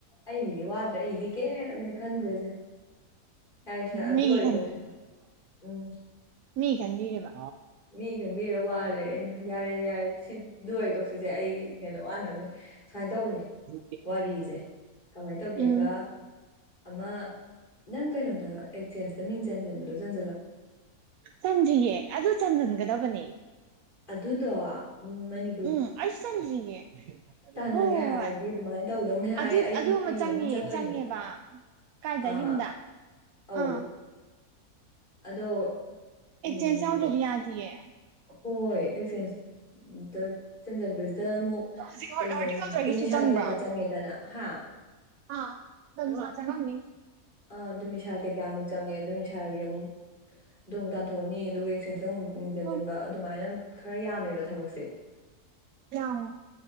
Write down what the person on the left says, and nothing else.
ꯑꯩꯒꯤꯗꯤ ꯋꯥꯗ꯭ꯔꯦ ꯑꯩꯗꯤ ꯀꯦꯝꯍꯦꯛ ꯈꯟꯗ꯭ꯔꯦꯁꯦ ꯌꯥꯔꯦꯁ ꯑꯗꯨ
ꯋꯥꯔꯤ ꯇꯣꯛꯁꯤꯁꯦ ꯎꯝ
ꯃꯤ ꯈꯟꯕꯤꯔ ꯋꯥꯔ ꯂꯩꯔꯦ ꯑꯩꯅ ꯌꯥꯔꯦ ꯌꯥꯔꯦ ꯁꯤ ꯗꯨ ꯇꯣꯛꯁꯤꯁꯦ ꯑꯩ ꯍꯦꯟꯅ ꯋꯥꯅꯕꯅꯦ ꯁꯨꯃꯥꯏ ꯇꯧꯕꯅꯦ
ꯋꯥꯔꯤꯁꯦ ꯀꯃꯥꯏꯅ ꯇꯧꯒꯦꯒ
ꯑꯃ ꯅꯪ ꯀꯩꯅꯣꯗ ꯑꯦꯛꯆꯦꯟꯁ <unintelligible> ꯃꯤꯡ ꯆꯟꯖꯟꯕꯗꯣ ꯆꯟ
ꯑꯗꯨꯗꯣ ꯎꯝ ꯃꯅꯤ
ꯇꯥꯟꯅꯒꯦ
ꯍꯥꯏꯔꯗꯤ ꯑꯗꯨꯃꯥꯏꯅ ꯇꯧꯗꯧꯅꯦ ꯍꯥꯏ
ꯑꯩ
ꯍꯌꯦꯡ
ꯆꯠꯇꯣꯏꯅꯦ
ꯑꯥ
ꯑꯧ
ꯑꯗꯣ
ꯎꯝ
ꯍꯣꯏ ꯑꯦꯛꯆꯦꯁ <unintelligible> ꯆꯟꯁꯤꯟꯕꯁꯤꯗ ꯑꯃꯨꯛ
ꯀꯩꯅꯣ
ꯗꯣꯃꯤꯁꯥꯢꯜ
ꯀꯩꯀꯥ ꯆꯪꯉꯦꯗꯅ ꯍꯥ
ꯑꯥ ꯗꯨꯃꯤꯁꯥꯜ ꯀꯩ ꯀꯥ ꯃꯨꯛ ꯆꯪꯉꯦ ꯑꯗꯨ ꯃꯤꯁꯥꯜꯒꯤ ꯑꯃꯨꯛ ꯑꯗꯨ ꯃꯨꯛ ꯇꯥꯟꯊꯣꯛꯑꯅꯤ ꯑꯗꯨꯒ ꯑꯦꯛꯆꯦꯁꯇ ꯑꯃꯨꯛ ꯃꯤꯡ ꯆꯟꯁꯤꯟꯕ
ꯑꯗꯨꯃꯥꯏꯅ ꯈꯔ ꯌꯥꯝꯃꯦꯕ ꯊꯕꯛꯁꯦ